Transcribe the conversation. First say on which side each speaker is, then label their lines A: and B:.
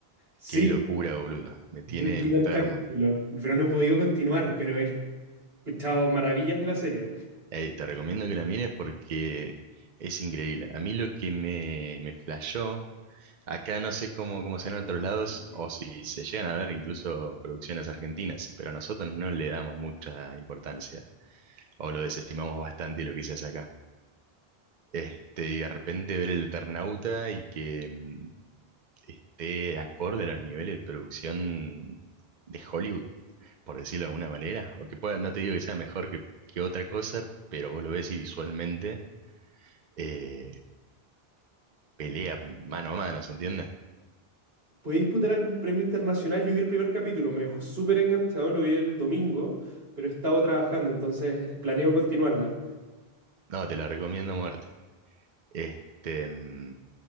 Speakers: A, on the right; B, on the right.
A: Sí,
B: Qué locura, boludo. Me tiene
A: vi el primer
B: enfermo.
A: capítulo, pero no he podido continuar, pero he escuchado maravillas de la serie.
B: Eh, te recomiendo que la mires porque es increíble. A mí lo que me, me flashó, acá no sé cómo, cómo será en otros lados, o si se llegan a ver incluso producciones argentinas, pero a nosotros no le damos mucha importancia, o lo desestimamos bastante lo que se hace acá. Este, y de repente ver el Eternauta y que mm, esté acorde a los niveles de producción de Hollywood, por decirlo de alguna manera, o que pueda, no te digo que sea mejor que, que otra cosa, pero vos lo ves y visualmente eh, pelea mano a mano, ¿se entiende?
A: ¿Puede disputar algún premio internacional? Yo vi el primer capítulo, me dejó súper enganchado, lo vi el domingo, pero he estado trabajando, entonces planeo continuarla.
B: No, te la recomiendo a muerte. Este, mm,